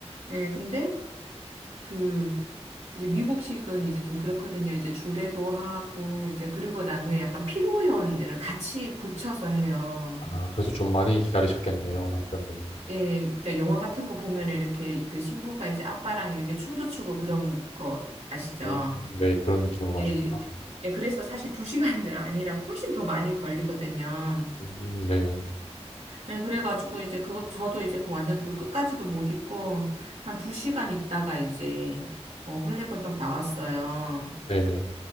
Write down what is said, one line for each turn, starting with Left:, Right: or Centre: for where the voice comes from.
Right: 네, 근데 그 이제 미국식은 이제 좀 그렇거든요. 이제 주례도 하고 이제 그리고 난 후에 약간 피로연을 같이 붙여서 해요.
Left: 아, 그래서 좀 많이 기다리셨겠네요, 남편분이.
Right: 예, 그러니까 영화 같은 거 보면 이렇게 그 신부가 이제 아빠랑 이렇게 춤도 추고 그런 거 아시죠?
Left: 음, 네, 그런 느낌으로
Right: 예,
Left: 하셨구나.
Right: 예, 그래서 사실 두 시간이 <laughs> 아니라 훨씬 더 많이 걸리거든요.
Left: 음, 네.
Right: 예, 그래가지고 이제 그거, 저도 이제 그 완전 그 끝까지도 못 있고, 한 두 시간 있다가 이제, 어, 헐레벌떡 나왔어요.
Left: 네네.